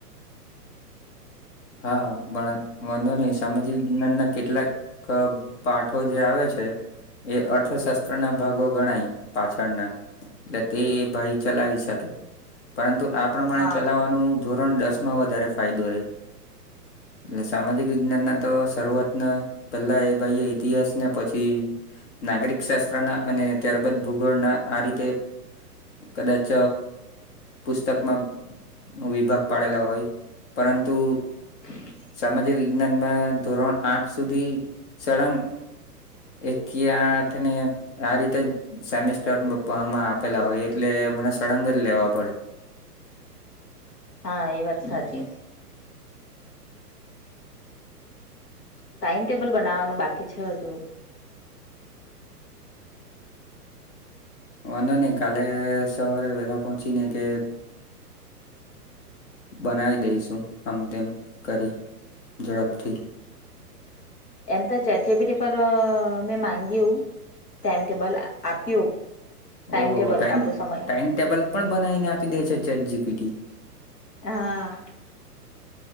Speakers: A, on the left; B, on the left.
A: હા વાંધો નહીિ સામાજિક વિજ્ઞાન ના કેટલાક પાઠો જે આવે છે એ અર્થશાસ્ત્ર ના ભાગો ગણાય પાછળના એટલે તે ભાઈ ચલાવી સકે પરંતુ આ પ્રમાણે
B: હા
A: ચલાવવાનું ધોરણ દસ માં વધારે ફાયદો રહે એટલે સામાજિક વિજ્ઞાન ના તો શરૂઆતના પહેલા એ ભાઈ ઇતિહાસ ને પછી નાગરિક શાસ્ત્રના અને ત્યારબાદ ભૂગોળના આ રીતે કદાચ પુસ્તકમાં વિભાગ પાડેલા હોય પરંતુ
B: હ
A: સામાજિક વિજ્ઞાનમાં ધોરણ આઠ સુધી સળંગ એક કે આઠ ને આ રીતે જ સેમિસ્ટરમાં આપેલા હોય એટલે મમને સળંગ જ લેવા પડે
B: હા એ વાત સાચી ટાઈમટેબલ બનાવાનું બાકી છે હજુ
A: વાંધો નઈિ કાલે સવારે વહેલા પહોંચી ને કે બનાવી દઈશું આમ તેમ કરી ઝડપથી
B: એમ તો ચજપીટી પર મેં મામાંગ્યું ટાઈમટેબલ આપ્યું ટાઈમ
A: ઓ
B: ટેબલ
A: ટાાઈમ
B: આપણું સમય
A: ટાાઈમટેબલ પણ બનાવીને આપી દે છે ચેટ જીપીટી
B: હા